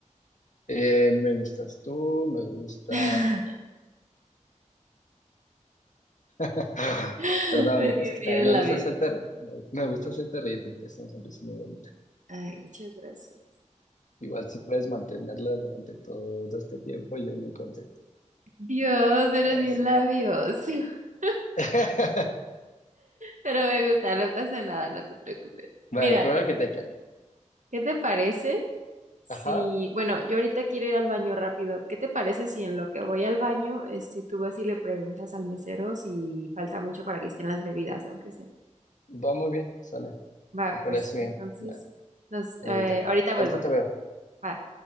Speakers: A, on the left; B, on the right.
A: Eh, me gustas tú, me gusta,
B: <laughs>
A: <laughs>
B: Es
A: Perdón,
B: que
A: es que
B: tienes
A: también
B: labios.
A: me gusta hacerte reír. Me me gusta hacerte reír porque es una sonrisa muy bonita.
B: Ay, muchas gracias.
A: Igual si puedes mantenerla durante todo este tiempo, yo muy contento.
B: Dios, eres
A: Eh,
B: bien
A: sí.
B: labios. <laughs>
A: <laughs>
B: Pero me gusta, no pasa nada, no te preocupes.
A: Vale,
B: Mira.
A: qué bueno que te calles.
B: ¿Qué te parece si,
A: Ajá,
B: bueno, yo ahorita quiero ir al baño rápido. ¿Qué te parece si en lo que voy al baño, este, tú vas y le preguntas al mesero si falta mucho para que estén las bebidas, aunque sea?
A: va muy bien, sale,
B: Va,
A: Me parece
B: pues entonces,
A: bien. Va,
B: nos,
A: Ahorita,
B: eh, ahorita vuelvo.
A: ahorita te veo.
B: Bye.